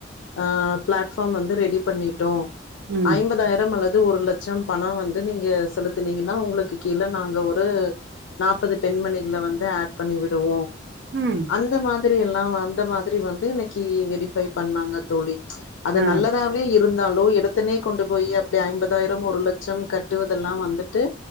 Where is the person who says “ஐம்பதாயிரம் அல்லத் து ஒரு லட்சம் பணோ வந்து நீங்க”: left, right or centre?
Left